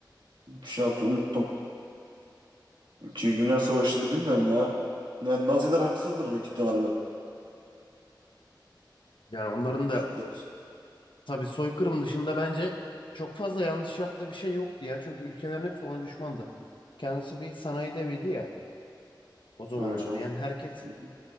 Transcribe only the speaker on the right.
Bir şey yaptım unuttum. İkinci Dünya Savaşı'nda bilmiyorum ya. Yani Naziler haksızdır büyük ihtimalle.
Hitler.
Öyle canım.
Hı hı.